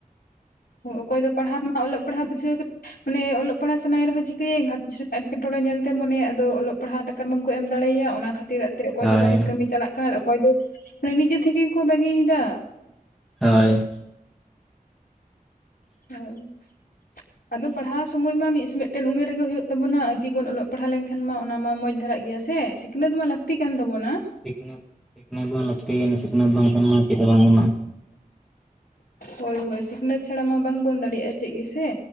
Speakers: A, on the left (about 85°); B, in the centre.
A: ᱚᱠᱚᱭ ᱫᱚ ᱯᱟᱲᱦᱟᱜ ᱢᱟ ᱚᱞᱚᱜ ᱯᱟᱲᱦᱟᱣ ᱵᱩᱡᱷᱟᱹᱣ ᱢᱟᱱᱮ ᱚᱞᱚᱜ ᱯᱟᱲᱦᱟᱜ ᱥᱟᱱᱟᱭ ᱨᱮᱦᱚᱸ ᱪᱤᱠᱟᱹᱭᱟᱭ ᱜᱷᱟᱸᱨᱚᱡᱽ ᱨᱮ ᱮᱴᱠᱮᱴᱬᱮ ᱧᱮᱞᱛᱮ ᱢᱚᱱᱮ ᱟᱫᱚ ᱚᱞᱚᱜ, ᱯᱟᱲᱦᱟᱣ ᱴᱟᱠᱟ ᱵᱟᱝᱠᱚ ᱮᱢ ᱫᱟᱲᱮᱣᱟᱭᱟ ᱚᱱᱟ ᱠᱷᱟᱹᱛᱤᱨᱟᱜ ᱛᱮ ᱚᱠᱚᱭ
B: ᱦᱳᱭ
A: ᱫᱚ ᱵᱟᱦᱮᱨ ᱠᱟᱹᱢᱤ ᱪᱟᱞᱟᱜ ᱠᱟᱱᱟ, ᱚᱠᱚᱭ ᱫᱚ ᱱᱤᱡᱮ ᱛᱷᱮᱠᱮ ᱠᱚ ᱵᱟᱹᱜᱤᱭ ᱮᱫᱟ ᱾
B: ᱦᱳᱭ,
A: <inaudible> ᱟᱫᱚ ᱯᱟᱲᱦᱟᱣ ᱥᱚᱢᱚᱭ ᱢᱟ ᱢᱤᱫᱴᱮᱱ ᱩᱢᱮᱨ ᱨᱮᱜᱮ ᱦᱩᱭᱩᱜ ᱛᱟᱵᱚᱱᱟ ᱛᱤᱵᱚᱱ ᱚᱞᱚᱜ ᱯᱟᱲᱦᱟᱣ ᱞᱮᱱᱠᱷᱟᱱ, ᱠᱷᱟᱱ ᱢᱟ ᱚᱱᱟ ᱢᱟ ᱢᱚᱸᱡᱽ ᱫᱷᱟᱨᱟᱜ ᱜᱮᱭᱟ ᱥᱮ ᱥᱤᱠᱷᱱᱟᱹᱛ ᱢᱟ ᱞᱟᱹᱠᱛᱤ ᱠᱟᱱ ᱛᱟᱵᱚᱱᱟ᱾
B: ᱥᱤᱠᱱᱟᱹᱛ ᱥᱤᱠᱱᱟᱹᱛ ᱢᱟ ᱞᱟᱹᱠᱛᱤ ᱜᱮ ᱥᱤᱠᱷᱱᱟᱹᱛ ᱵᱟᱝ ᱠᱷᱟᱱ ᱢᱟ ᱪᱮᱫ ᱦᱚᱸ ᱵᱟᱝ ᱜᱟᱱᱚᱜᱼᱟ,
A: ᱦᱳᱭ ᱦᱳᱭ ᱥᱤᱠᱷᱱᱟᱹᱛ ᱪᱷᱟᱲᱟ ᱢᱟ ᱵᱟᱝ ᱵᱚᱱ ᱫᱟᱲᱮᱭᱟᱜᱼᱟ ᱪᱮᱫ ᱜᱮ ᱥᱮ,